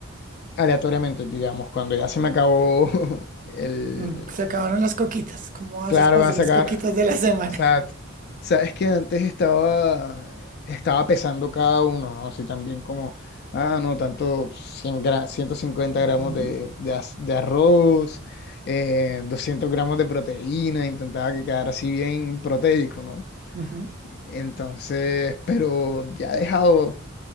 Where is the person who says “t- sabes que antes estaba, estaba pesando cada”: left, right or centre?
Left